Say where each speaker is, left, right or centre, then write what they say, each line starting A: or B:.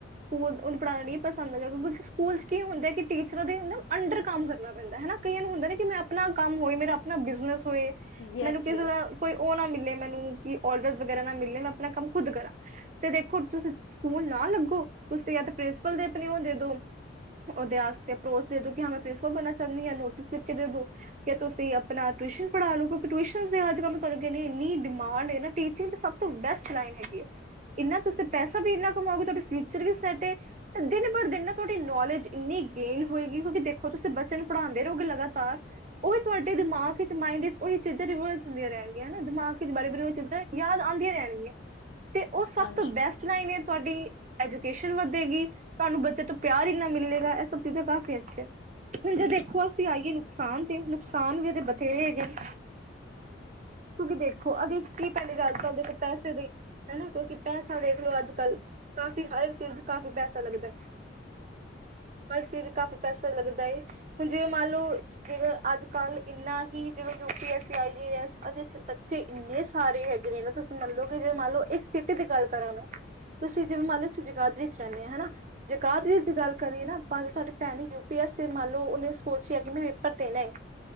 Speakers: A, on the right (about 40°); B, on the left (about 75°).
A: ਸਕੂਲ ਉਹਨੂੰ ਪੜ੍ਹਾਣਾ ਨ ਨਈ ਪਸੰਦ ਹੈਗਾ ਸਕੂਲ ਚ ਕੀ ਹੁੰਦਾ ਕਿ ਟੀਚਰਾਂ ਦੇ ਅੰਡਰ ਕੰਮ ਕਰਨਾ ਪੈਂਦਾ ਹਨਾ। ਕਈਆਂ ਨੂੰ ਹੁੰਦਾ ਨਾ ਕਿ ਮੈਂ ਆਪਣਾ ਕੰਮ ਹੋਏ ਮੇਰਾ ਆਪਣਾ ਬਿਜਨਸ ਹੋਏ
B: ਯੈਸ-ਯੈਸ
A: ਮੈਨੂੰ ਕਿਸੇ ਤਰ ਕੋਈ ਉਹ ਨਾ ਮਿਲੇ ਮੈਨੂੰ ਕਿ ਅੋਡਰ ਵਗੈਰਾ ਨਾ ਮਿਲੇ ਮੈਂ ਆਪਣਾ ਕੰਮ ਖੁਦ ਕਰਾਂ। ਤੇ ਦੇਖੋ ਤੁਸੀਂ ਸਕੂਲ ਨਾ ਲੱਗੋ ਤੁਸੀਂ ਯ ਪ੍ਰਿੰਸੀਪਲ ਦੇ ਆਪਨੀ ਓ ਦੇ ਦੋ ਉਹਦੇ ਵਾਸਤੇ ਪਰੋਚ ਦੇ ਦੋ ਕਿ ਮੈਂ ਪ੍ਰਿੰਸਪਲ ਬਣਾ ਚਾਨੀਆ ਨੋਟਿਸ ਲਿਖ ਕੇ ਦੇ ਦੋ ਕਿ ਤੁਸੀਂ ਆਪਣਾ ਟਿਊਸ਼ਨ ਪੜ੍ਹਾ ਲਓ, ਕਿਉਂਕਿ ਟਿਊਸ਼ਨ ਅੱਜ-ਕੱਲ੍ਹ ਤੁਆਡੇ ਇੰਨੀ ਡਿਮਾਂਡ ਨਾ ਟੀਚਿੰਗ ਦੀ ਸਭ ਤੋਂ ਬੈਸਟ ਲਾਈਨ ਹੈਗੀ ਹੈ ਇੰਨਾ ਤੁਸੀਂ ਪੈਸਾ ਵੀ ਇੰਨਾ ਕਮਾਓਗੇ ਤੁਆਡੇ ਫਿਊਚਰ ਫਿਊਚਰ ਚ ਸਾਡੇ ਤੇ ਦਿਨ-ਬੜ-ਦਿਨ ਨਾ ਤੁਆਡੀ ਨੌਲੇਜ ਇੰਨੀ ਗੇਨ ਹੋਏਗੀ, ਕਿਉਕਿ ਦੇਖੋ ਤੁਸੀਂ ਬੱਚੇ ਨੂੰ ਪੜ੍ਹਾਉਂਦੇ ਰਹੋਗੇ ਲਗਾਤਾਰ ਓਈ ਤੁਆਡੇ ਦਿਮਾਗ ਚ, ਮਾਇੰਡ ਚ, ਓਈ ਚੀਜ਼ਾਂ ਰਿਵਰਸ ਹੁੰਦੀਆਂ ਰੈਣਗੀਆਂ ਹੈਨਾ, ਦਿਮਾਗ ਬਾਰ-ਬਾਰ ਓ ਚੀਜ਼ਾਂ ਯਾਦ ਆਨਦੀਆਂ ਰੈਣਗੀਆਂ, ਤੇ ਓ
B: ਹਾਂਜੀ-ਹਾਂਜੀ-ਹਾਂਜੀ-ਹਾਂਜੀ
A: ਸਭ ਤੋਂ ਬੈਸਟ ਲਾਈਨ ਐ, ਤੁਹਾਡੀ ਐਜੂਕੇਸ਼ਨ ਵਧੇਗੀ, ਤਾਨੂੰ ਬੱਚੇ ਤੋਂ ਪਿਆਰ ਈਨਾ ਮਿਲੇਗਾ, ਏ ਸਭ ਚੀਜ਼ਾਂ ਕਾਫ਼ੀ ਅੱਛੀਆਂ ਨੇ। ਹੁਣ ਜੇ ਦੇਖੋ, ਅਸੀਂ ਆਈਏ ਨੁਕਸਾਨ ਤੇ ਨੁਕਸਾਨ ਵੀ ਏਦੇ ਬਥੇਰੇ ਹੈਗੇ ਨੇ ਕੁ ਕੀ ਦੇਖੋ, ਅਦੇ 'ਚ ਕੀ ਪੈਲੀ ਗੱਲ ਤਾਂ ਦੇਖੋ ਪੈਸੇ ਦੀ ਹੈਨਾ, ਕਿਉਕੀ ਪੈਸਾ ਦੇਖਲੋ ਅੱਜ-ਕੱਲ ਕਾਫੀ ਹਰ ਚੀਜ਼, ਕਾਫੀ ਪੈਸਾ ਲੱਗਦਾ ਐ।
B: <inaudible>
A: ਹਰ ਚੀਜ਼ ਕਾਫ਼ੀ ਪੈਸਾ ਲੱਗਦਾ ਏ, ਹੁਨ ਜੇ ਮੰਨ ਲੋ ਜਿਵੇਂ, ਅੱਜ-ਕੱਲ੍ਹ ਇੰਨਾ ਹੀ ਜਿਵੇਂ ਯੂ-ਪੀ-ਐੱਸ-ਆਈ-ਏ- ਐੱਸ ਏਦੇ 'ਚ ਬੱਚੇ ਈਨੇ ਸਾਰੇ ਹੈਗੇ ਨੇ ਨਾ, ਤੁਸੀਂ ਮੰਨਲੋ ਕਿ ਜੇ ਮੰਨ ਲੋ ਇੱਕ ਸਿਟੀ ਦੀ ਗੱਲ ਕਰਾਂ ਮੈਂ ਤੁਸੀਂ ਜਿਵੇਂ ਮੰਨ ਲੋ ਅਸੀਂ ਜਗਾਦਰੀ 'ਚ ਰੈਨੇ ਆ, ਹੈਨਾ ਜਗਾਦਰੀ ਦੀ ਗੱਲ ਕਰੀਏ ਨਾ ਪਰ ਤੁਆਡੀ ਭੈਣ ਨੇ ਯੂ-ਪੀ-ਐਸ-ਏ ਮਨ ਲੋ, ਉਨੇ ਸੋਚਿਆ ਕਿ ਮੈਂ ਪੇਪਰ ਦੇਣਾ ਏ।